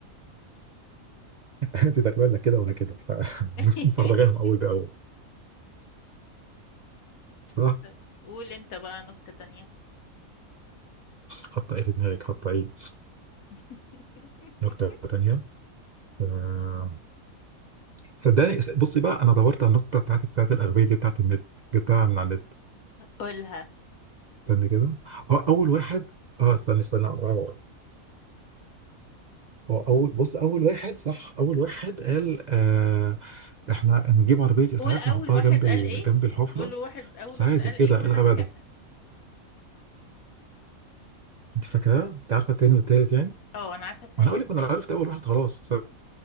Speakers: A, on the right (about 55°); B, on the left (about 85°).
A: <laughs> انت تقريبا لا كده ولا كده فمفرغاهم
B: عموما
A: <laughs> اول باول صح
B: <laughs> قول أنت بقى نكتة تانية
A: حط ايه في دماغك حط ايه
B: <laughs>
A: نكته تانيه آه، صدقني بصي بقى انا دورت على النقطه بتاعتك بتاعت الاغبيه دي بتاعت النت جبتها من على النت
B: قولها
A: استني كده اه اول واحد اه استني استني اقراها وأقول. هو اول بص اول واحد صح اول واحد قال آه احنا نجيب عربيه اسعاف
B: قول اول
A: نحطها
B: واحد
A: جنب
B: قال
A: ال...
B: ايه
A: جنب الحفره
B: قول واحد اول
A: بس عادي
B: واحد قال ايه
A: ايه ده
B: وانا
A: إيه الغباء
B: هكمل
A: ده انت فاكراه انت عارفه التاني والتالت يعني
B: اه انا عارفه التاني
A: ما انا اقول
B: والتالت
A: لك ما انا عرفت اول واحد خلاص